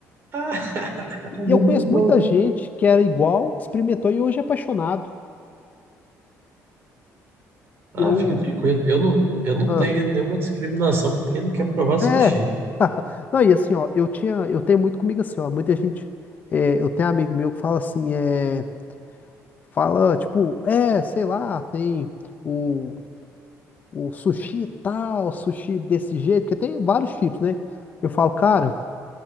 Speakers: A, on the right; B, on the left.
A: Ah, <laughs>
B: E
A: é muito
B: eu conheço
A: bom.
B: muita gente que era igual, experimentou e hoje é apaixonado.
A: Ah,
B: Eu.
A: fica tranquilo. Eu não, eu não
B: Ah,
A: tenho nenhuma discriminação por quem não quer provar sushi.
B: é. <laughs> Não, e assim, ó, eu tinha, eu tenho muito comigo assim, ó, muita gente, é, eu tenho amigo meu que fala assim, é, fala, tipo, é, sei lá, tem o, o sushi tal, sushi desse jeito, porque tem vários tipos, né? Eu falo, cara,